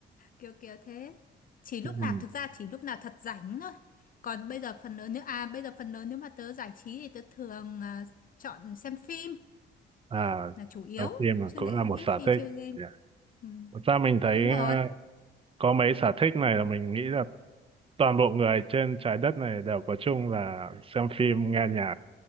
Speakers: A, on the left; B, on the right.
A: kiểu kiểu thế chỉ lúc
B: ừ.
A: nào thực ra chỉ lúc nào thật rảnh thôi còn bây giờ phần lớn nếu à bây giờ phần lớn nếu mà tớ giải trí thì tớ thường à, chọn xem phim
B: à,
A: là chủ yếu
B: đọc phim là
A: chứ
B: cũng
A: lại
B: là
A: ít
B: một sở
A: khi
B: thích
A: chơi game
B: Dạ.
A: ừ,
B: Thật ra mình thấy
A: đúng rồi
B: ờ, có mấy sở thích này là mình nghĩ là toàn bộ người trên trái đất này đều có chung là xem phim, nghe nhạc